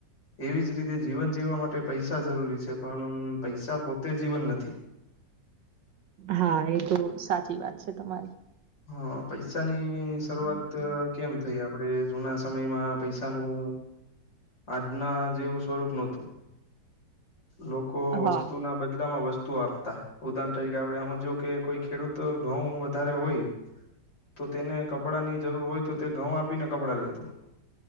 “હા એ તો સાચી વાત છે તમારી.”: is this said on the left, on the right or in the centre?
Right